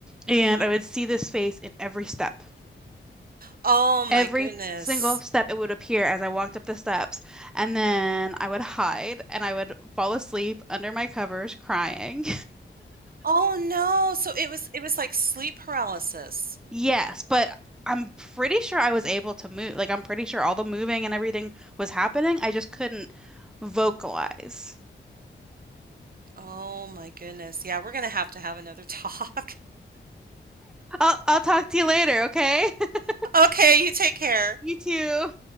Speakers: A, in the centre; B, on the right (about 50°).
A: and
B: hmm
A: I would see this face in every step.
B: Oh
A: Every
B: my goodness.
A: single step it would appear as I walked up the steps, and then I would hide and I would fall asleep under my covers crying.
B: Oh no. So it was it was like sleep paralysis.
A: Yes, but I'm pretty sure I was able to move. Like, I'm pretty sure all the moving and everything was happening. I just couldn't vocalize.
B: Oh my goodness. Yeah, we're gonna have to have another talk. <laughs>
A: I'll I'll talk to you later, okay? <laughs>
B: Okay, you take care.
A: You too.